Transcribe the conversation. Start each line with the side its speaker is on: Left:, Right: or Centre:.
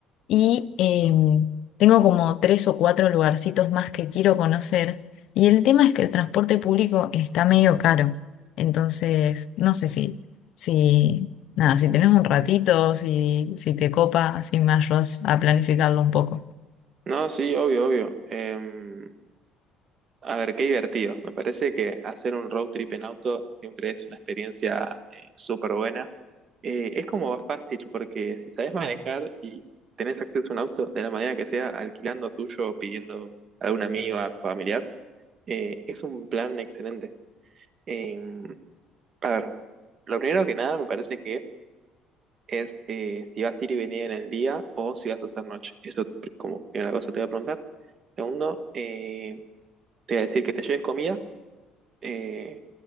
Left: y em, tengo como tres o cuatro lugarcitos más que quiero conocer, y el tema es que el transporte público está medio caro, entonces no sé si... si Nada, si tenés un ratito, si, si te copa, así me ayudas a planificarlo un poco.
Right: No, sí, obvio, obvio. Em, a ver, qué divertido. Me parece que hacer un road trip en auto siempre es una experiencia eh, súper buena. Eh, es como más fácil porque si sabes manejar y tenés acceso a un auto de la manera que sea, alquilando tuyo, pidiendo a algún amigo, a familiar, eh, es un plan excelente. Em, a ver, lo primero que nada me parece que es eh, si vas a ir y venir en el día o si vas a hacer noche. Eso pr- como primera cosa te voy a preguntar. Segundo, eh, te voy a decir que te lleves comida eh,